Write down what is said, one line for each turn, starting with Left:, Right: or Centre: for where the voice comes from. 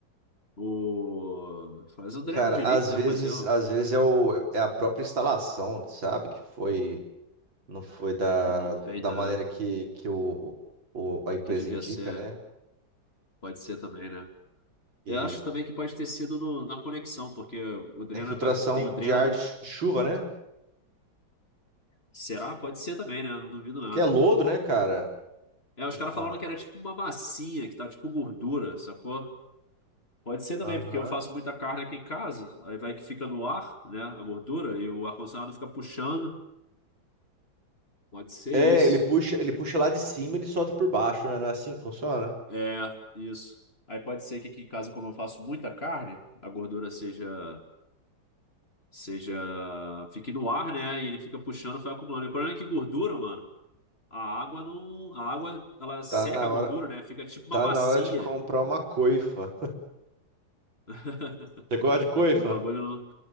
Left: O... Fazer o dreno
Right: Cara,
Left: direito,
Right: às
Left: né?
Right: vezes,
Left: Fazer uma
Right: às
Left: pô,
Right: vezes é, o, é a própria instalação, sabe? Que foi, não foi da,
Left: é mal feita,
Right: da maneira
Left: né?
Right: que, que o, o, a empresa
Left: Que devia
Right: indica,
Left: ser,
Right: né?
Left: né? Pode ser também, né?
Right: E
Left: Eu acho também que pode ter sido no- na conexão, porque o dreno
Right: a infiltração
Left: é pra- tem o dreno
Right: de ar
Left: do.
Right: de chu- de chuva, né?
Left: Será? Pode ser também, né? Não duvido
Right: Porque
Left: nada.
Right: é lodo, né, cara?
Left: É, os caras
Right: Não,
Left: falaram
Right: é.
Left: que era tipo uma massinha, que tá tipo gordura, sacou? Pode ser também,
Right: Aham.
Left: porque eu faço muita carne aqui em casa, aí vai que fica no ar, né, a gordura, e o ar-condicionado fica puxando. Pode ser
Right: É,
Left: isso.
Right: ele puxa, ele puxa lá de cima e ele solta por baixo, né? Não é assim que funciona?
Left: É, isso. Aí pode ser que aqui em casa, como eu faço muita carne, a gordura seja, seja, fique no ar, né, e ele fica puxando, vai acumulando. E o problema é que gordura, mano, a água não, a água, ela seca
Right: Tá na
Left: a gordura,
Right: hora,
Left: né, fica tipo uma
Right: tá
Left: massinha.
Right: na hora de comprar uma coifa.
Left: <laughs>
Right: <laughs> Você gosta de coifa?
Left: Aquele bagulho, não...